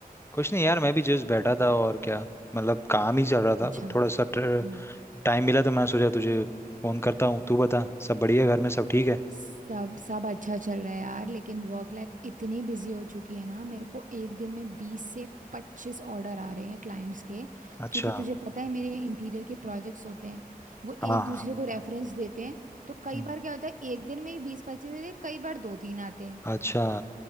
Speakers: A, on the left (about 15°); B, on the right (about 55°).
A: कुछ नहीं यार मैं भी जस्ट बैठा था और क्या मतलब काम ही चल रहा था
B: अच्छा
A: बट थोड़ा सा
B: हम्म।
A: टाइम मिला तो मैंने सोचा तुझे फोन करता हूँ तू बता सब बढ़िया घर में सब ठीक है
B: सब सब अच्छा चल रहा है यार लेकिन वर्क लाइफ इतनी बिजी हो चुकी है ना मेरे को एक दिन में बीस से पच्चीस ऑर्डर आ रहे हैं क्लाइंट्स के
A: अच्छा
B: क्योंकि तुझे पता है मेरे इंटीरियर के प्रोजेक्ट्स होते हैं वो
A: हाँ
B: एक
A: हाँ
B: दूसरे को रेफरेंस देते हैं तो कई
A: हम्म,
B: बार क्या होता है एक दिन में ही बीस पच्चीस देते हैं कई बार दो तीन आते हैं
A: अच्छा